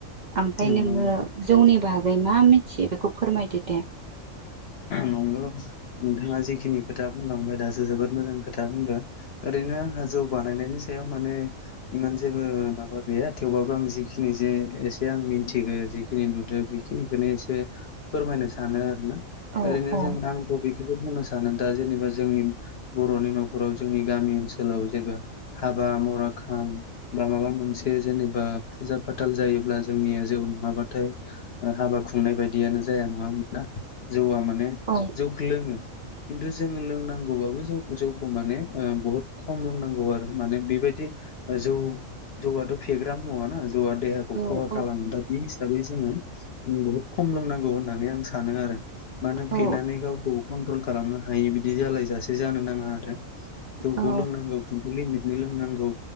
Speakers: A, on the right; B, on the left.
A: ओमफाय
B: उम
A: नोङो
B: नंगौ
A: जौनि बागै मा मिथियो बेखौ फोरमायदो दे?
B: नोंगौ नोंथाङा जिखिनि खोथा बुंलांबाय दासो जोबोद मोजां खोथा बुंदों। ओरैनो आंहा जौ बानायनायनि सायाव माने इमान जेबो माबा गैया थेवबो आं जेखिनि जे एसे आं मिन्थिगो जेखिनि नुदों बेखिनिखौनो एसे फोरमायनो सान सानो आरोना
A: औ
B: ओरैनो
A: औ
B: जों आंबो बे बे बुंनो सानो दा जेनेबा जोंनि बर'नि न'खराव जोंनि गामि ओनसोलाव जेनेबा हाबा बा मरा खाम बा माबा मोनसे जेनेबा फुजा-फाथाल जायोब्ला जोंनिया जावन माबा नाथाय ओ हाबा खुंनाय बायदियानो जाया नङा होम <unintelligible> जौआ माने
A: औ
B: जौखो लोङो। खिन्थु जों लोंनांगौबाबो जौखौ जोखो माने ओह बहुत खम लोंनांगौ आरो माने बे। बेबादि जौ जौआथ फेग्रा मुवाना जौ देहाखौ
A: औ
B: खहा खालामो दा बे हिसाबै जोङो बुहुद खम लोंनांगौ होननानै आं सानोआरो। मानो
A: औ
B: फेनानै गावखौ कन्ट्रल खालामनो हायि बिदि जालायजासे जानोनाङा आरो। जौ
A: औ
B: खौ लोंनांगौ खिन्थु लिमित नि लोंनांगौ